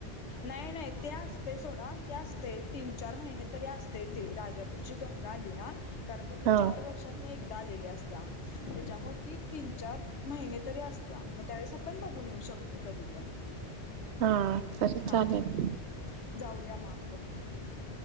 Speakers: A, on the left (about 85°); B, on the right (about 80°).
A: नाही, नाही, ते असतय सोडा, ते असतय तीन, चार महिने तरी असतय ते राजाऽऽ ऊरची गंगा आली ना, कारण का ती
B: हा
A: चार वर्षातन एकदा ऽऽ आलेली असत्या, त्याच्यामुळे ती तीन, चार महिने तरी असत्या, मग त्यावेळेस आपण बघून येऊ शकतो‌. ते कधी पण.
B: हा तरी
A: हाऽऽ
B: चालेल
A: जाऊया मग आपण.